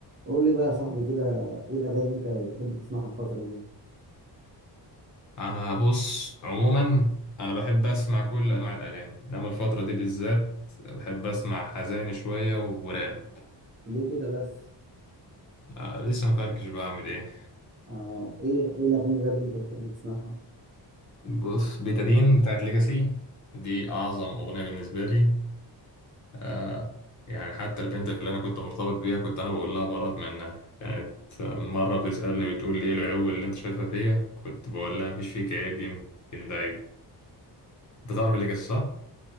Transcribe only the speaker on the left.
انا بص عموما انا بحب اسمع كل انواع الاغاني انما الفتره دي بالذات بحب اسمع حزين شويه وراب
آه لسه مفركش بعمل ايه
بص بيتادين بتاعت ليجاسي دي اعظم اغنيه بالنسبه لي آه يعني حتى البنت اللي انا كنت مرتبط بيها كنت انا بقول لها برات منها كانت مره بتسالني بتقول لي ايه العيوب اللي انت شايفها فيا كنت بقول لها مفيش فيك عيب يمكن ده عيب انت
تعرف ليجاسي صح